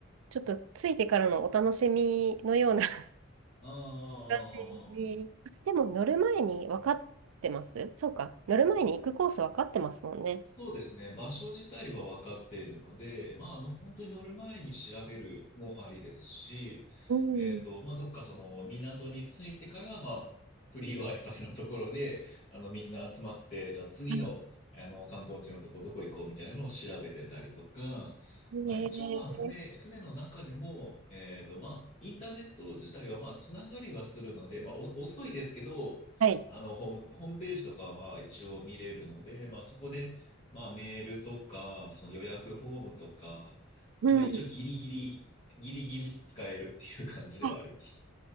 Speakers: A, on the right; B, on the left.
A: ちょっとついてからのお楽しみのような <laughs>
B: ああ、ああ、
A: 感じに。
B: ああ。
A: あでも乗る前に分かってますそうか。乗る前に行くコース分かってますもんね。
B: そうですね。場所自体は分かっているので、まあ、あの、本当に乗る前に調べるもありですし、
A: うん。
B: えっと、まあ、どっかその港に着いてから、まあ、フリー Wi-Fi のところで、あの、みんな集まって、じゃあ次の、
A: あ
B: あの、観光地のとこどこ行こうみたいなのを調べてたりとか、
A: ねえ
B: まあ一応まあ、船、船の中でも、えっと、まあ、インターネット自体はまあ、つながりはするので、まあ、お遅いですけど、
A: はい。
B: あの、ホーム、ホームページとかは一応見れるので、まあ、そこで、まあメールとか、その予約フォームとか、
A: うん。
B: まあ一応ギリギリ、ギリギリ使えるっていう感じではありまし
A: あ